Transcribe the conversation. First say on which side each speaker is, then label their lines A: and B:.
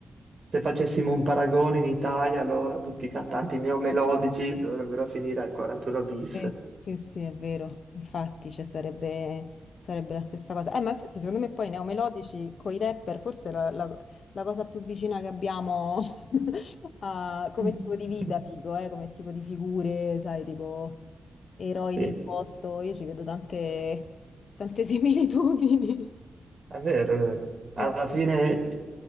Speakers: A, on the right; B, on the left.
A: Se facessimo un paragone in Italia, allora tutti i cantanti neomelodici dovrebbero finire al 41 bis.
B: Sì, sì, sì, è vero, infatti, cioè, sarebbe, sarebbe la stessa cosa. Eh, ma infatti secondo me poi neomelodici con i rapper forse è la, la- la cosa più vicina che abbiamo <laughs> a- come
A: Mm.
B: tipo di vita,
A: <laughs>
B: dico, eh, come tipo di figure, sai, tipo eroi
A: Sì.
B: del posto, io ci vedo tante, tante <laughs> similitudini.
A: È vero, è vero. Alla
B: Non
A: fine
B: so.